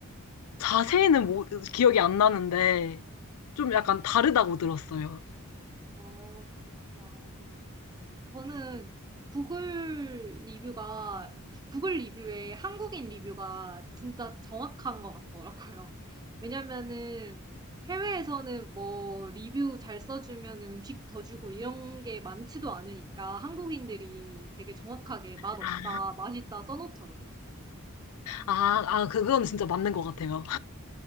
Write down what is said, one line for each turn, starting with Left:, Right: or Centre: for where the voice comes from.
Left: 자세히는 모- 기억이 안 나는데, 좀 약간 다르다고 들었어요.
Right: 어 그렇구나. 저는 구글 리뷰가, 구글 리뷰에 한국인 리뷰가 진짜 정확한 것 같더라고요. 왜냐면은 해외에서는 뭐 리뷰 잘 써주면 음식 더 주고 이런 게 많지도 않으니까 한국인들이 되게 정확하게 맛없다,
Left: 아,
Right: 맛있다 써놓더라고요.
Left: 아, 아, 그건 진짜 맞는 것 같아요.